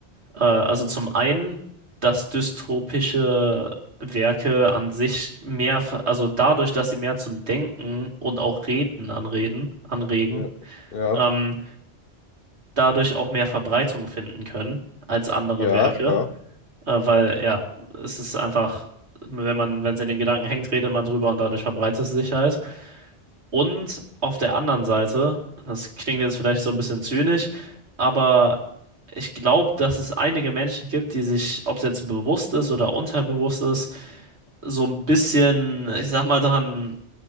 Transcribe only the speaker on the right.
Äh, also zum einen, dass dystopische Werke an sich mehr, ver- also dadurch, dass sie mehr zum Denken und auch Reden anreden, anregen,
ähm, dadurch auch mehr Verbreitung finden können als andere
Werke,
äh, weil ja, es ist einfach, wenn man, wenn es in den Gedanken hängt, redet man drüber und dadurch verbreitet es sich halt. Und auf der anderen Seite, das klingt jetzt vielleicht so ein bisschen zynisch, aber ich glaube, dass es einige Menschen gibt, die sich, ob es jetzt bewusst ist oder unterbewusst ist, so ein bisschen, ich sag mal, daran